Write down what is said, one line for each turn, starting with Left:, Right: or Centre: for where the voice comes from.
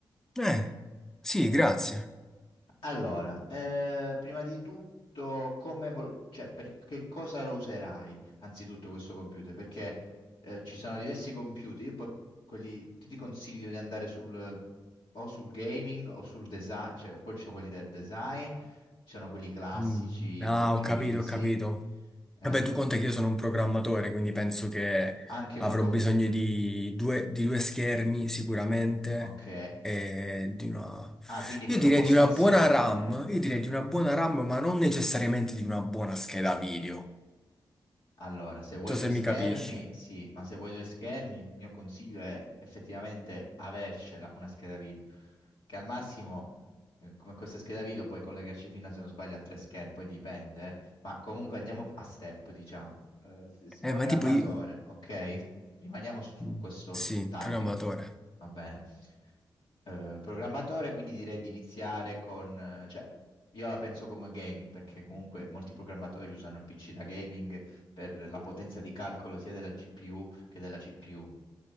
Centre: Eh, sì, grazie.
Left: Allora, eh, prima di tutto, come vol- cioè, per che cosa lo userai anzitutto questo computer? Perché eh, ci sono diversi computer, io po- quelli, ti, ti consiglio di andare sul, o sul gaming o sul design, cioè, poi ci sono quelli del design, ci sono quelli classici,
Centre: Mm, Ah,
Left: un po' più
Centre: ho capito,
Left: easy,
Centre: ho capito.
Left: eh,
Centre: Vabbè, tu conta che io sono un programmatore, quindi penso che
Left: anche
Centre: avrò
Left: un... com-
Centre: bisogno di due, di due schermi sicuramente
Left: ok,
Centre: e di una...
Left: ah, quindi proprio
Centre: Io direi
Left: postazione
Centre: di una buona RAM,
Left: direi.
Centre: io direi di una buona RAM, ma non necessariamente di una buona scheda video. Non
Left: Allora, se vuoi
Centre: so
Left: due
Centre: se
Left: schermi,
Centre: mi capisci.
Left: sì, ma se vuoi due schermi, il mio consiglio è effettivamente avercela una scheda video, che al massimo eh, con questa scheda video puoi collegarci fino, se non sbaglio, a tre schermi, poi dipende, eh. ma comunque andiamo a step, diciamo. Eh, s-
Centre: Eh,
Left: programmatore,
Centre: ma tipo io...
Left: ok? Rimaniamo su
Centre: mm,
Left: questo
Centre: Sì,
Left: target,
Centre: programmatore.
Left: va bene? eh, programmatore, quindi direi di iniziare con, eh, cioè, io la penso come gaming, perché comunque molti programmatori usano un PC da gaming per la potenza di calcolo sia della GPU che della CPU,